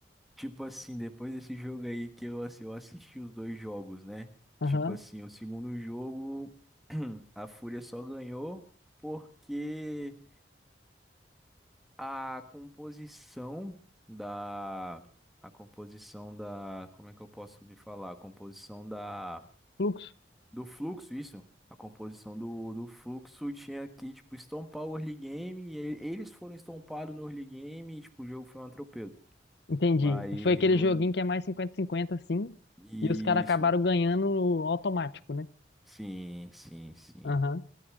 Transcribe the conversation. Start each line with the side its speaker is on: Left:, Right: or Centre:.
Centre: Tipo assim, depois desse jogo aí que eu, assim, eu assisti os dois jogos, né?
Left: Aham.
Centre: Tipo assim, o segundo jogo, <clears throat> a Fúria só ganhou porque a composição da. A composição da. Como é que eu posso me falar? A composição da.
Left: Fluxo.
Centre: Do fluxo, isso? A composição do, do fluxo tinha que, tipo, estompar o early game. E e- eles foram estompados no early game. E, tipo, o jogo foi um atropelo.
Left: Entendi.
Centre: Mas
Left: Foi aquele
Centre: no.
Left: joguinho que é mais 50-50, assim.
Centre: Isso.
Left: E os caras acabaram ganhando automático, né?
Centre: Sim, sim, sim.
Left: Aham.